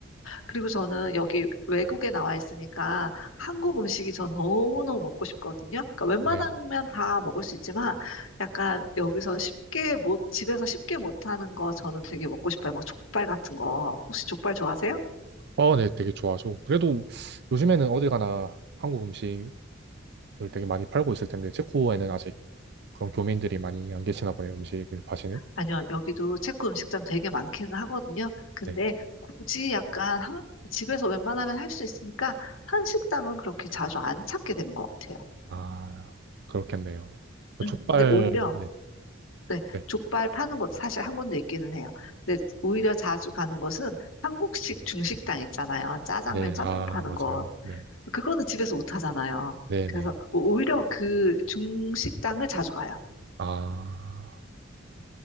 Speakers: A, on the left; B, on the right.
A: 그리고 저는 여기 외국에 나와 있으니까 한국 음식이 전 너무너무 먹고 싶거든요. 그러니까 웬만하면
B: 네.
A: 다 먹을 수 있지만 약간 여기서 쉽게 못, 집에서 쉽게 못하는 거 저는 되게 먹고 싶어요. 막 족발 같은 거. 혹시 족발 좋아하세요?
B: 어, 네, 되게 좋아하죠. 그래도 요즘에는 어딜 가나 한국 음식을 되게 많이 팔고 있을 텐데, 체코에는 아직 그런 교민들이 많이 안 계시나 보네요, 음식을 파시는.
A: 아니요, 여기도 체코 음식점 되게 많기는 하거든요. 근데
B: 네.
A: 굳이 약간 한- 집에서 웬만하면 할 수 있으니까 한식당은 그렇게 자주 안 찾게 되는 것 같아요.
B: 아, 그렇겠네요. 그
A: 음,
B: 족발,
A: 근데 오히려
B: 네,
A: 네,
B: 네,
A: 족발 파는 곳 사실 한 군데 있기는 해요. 근데 오히려 자주 가는 곳은 한국식 중식당 있잖아요. 짜장면,
B: 네,
A: 짬뽕
B: 아,
A: 파는
B: 맞아요.
A: 곳.
B: 네,
A: 그거는 집에서 못 하잖아요.
B: 네,
A: 그래서
B: 네.
A: 오- 오히려 그 중식당을 자주 가요.
B: 아,